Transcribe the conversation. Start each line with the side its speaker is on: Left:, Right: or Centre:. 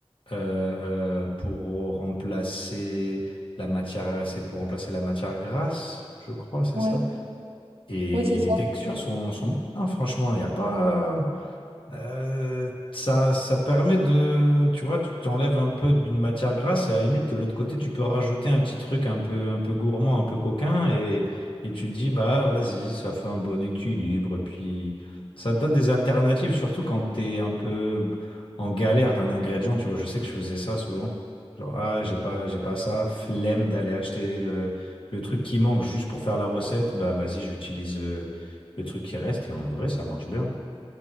Left: euh, euh, pour remplacer la matière, c'est pour remplacer la matière grasse, je crois, c'est
Right: Ouais,
Left: ça. Et,
Right: ouais, c'est
Left: les textures sont, sont bonnes, hein, franchement, il n'y a pas. Euh, ça, ça permet de, tu vois, tu t'enlèves un peu d'une matière grasse et à la limite de l'autre côté, tu peux rajouter un petit truc un peu, un peu gourmand, un peu coquin et, et tu te dis, bah vas-y, ça fait un bon équilibre. Puis ça te donne des alternatives, surtout quand t'es un peu en galère d'un ingrédient, tu vois. Je sais que je faisais ça souvent. Genre, ah, j'ai pas, j'ai pas ça, flemme d'aller acheter le, le truc qui manque juste pour faire la recette, bah vas-y, j'utilise euh, le truc qui reste et en vrai, ça marche bien.